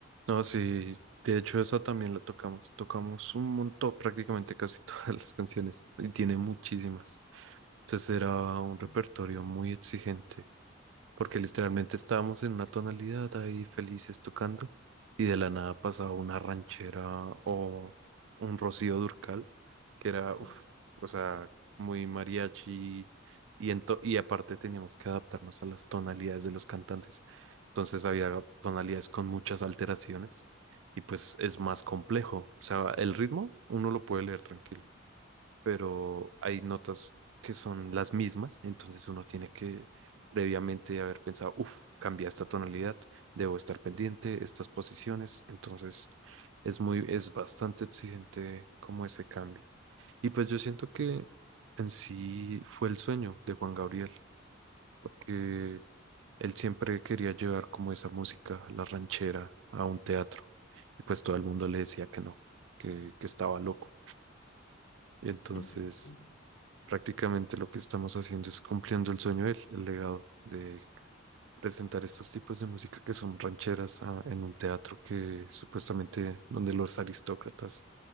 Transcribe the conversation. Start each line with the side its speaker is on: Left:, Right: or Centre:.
Right: no, sí, de hecho esa también la tocamos, tocamos un montón, prácticamente casi <laughs> todas las canciones, y tiene muchísimas. Entonces era un
Left: Sí.
Right: repertorio muy exigente. porque literalmente estábamos en una tonalidad ahí felices tocando y de la nada pasaba una ranchera o un Rocío Durcal, que era, uf,
Left: Uf,
Right: o sea, muy mariachi y, ento- y aparte teníamos que adaptarnos a las tonalidades de los cantantes. Entonces había tonalidades con muchas alteraciones y pues es más complejo. O sea, el ritmo uno lo puede leer tranquilo pero hay notas que son las mismas, entonces uno tiene que previamente haber pensado, uff, cambia esta tonalidad, debo estar pendiente, estas posiciones, entonces es muy, es bastante exigente como ese cambio. Y pues yo siento que en sí fue el sueño de Juan Gabriel, porque él siempre quería llevar como esa música, la ranchera, a un teatro, y pues todo el mundo le decía que no, que, que estaba loco. Y entonces
Left: <laughs> sí,
Right: Prácticamente lo que estamos haciendo es cumpliendo el sueño de él, el legado de presentar estos tipos de música que son rancheras ah, en un teatro que supuestamente donde los aristócratas